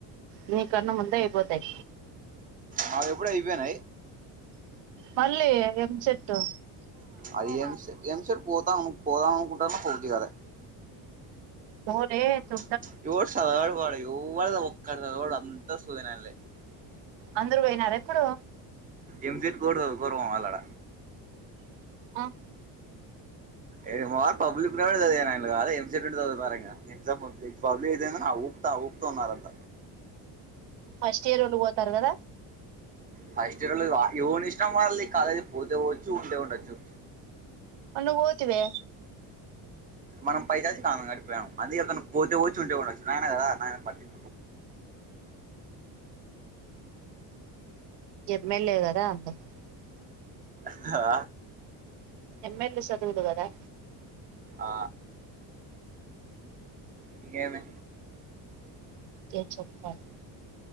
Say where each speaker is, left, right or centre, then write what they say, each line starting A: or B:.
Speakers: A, on the right; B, on the right.
A: మీ కన్నా ముందే ఇబోతాయి
B: మావి ఎప్పుడ అయిపోనాయి
A: మళ్ళీ ఎం సేట్టు
B: అది ఏం ఏం సట్ పోతాం పోదాం అనుకుంటారన్న పోబుద్ధి కాలే
A: పోరెతు
B: <unintelligible>
A: అందరు పోయినారు ఎప్పుడు
B: ఏం సెట్ కోడు కోరువాం అళ్ళడ
A: ఆ
B: ఏది వ పబ్లిక్ద కాదు ఎ దాంట్లాడి కాదు ఎం సెట్ ఉంటె సాధువు పరెంగా ఎగ్జామ్ లేకపోతే పబ్లిక్ విధంగానే ఉపుత ఊపుతున్నారంత
A: ఫస్ట్ ఇయర్ ఉండిపోతారు కదా
B: ఫస్ట్ ఇయర్ వ ఓని ఇష్టం వలది కాలేజ్ పోతే పోచ్చు లేదంటే ఉండచు
A: నువ్ పోతివే
B: మనం పై చేసి కానం గడిపోయానాం అందుకే ఎతన పోతే పోచ్చు ఉంటే ఉండొచ్చు నాయన కదా నాయ పట్టియ
A: ఎమ్మెల్యే గాద అందుకు
B: హా
A: ఎంఎల్ఏ చదువులు కదా
B: ఆ ఇంకేమే
A: ఇంకేం చెప్పల్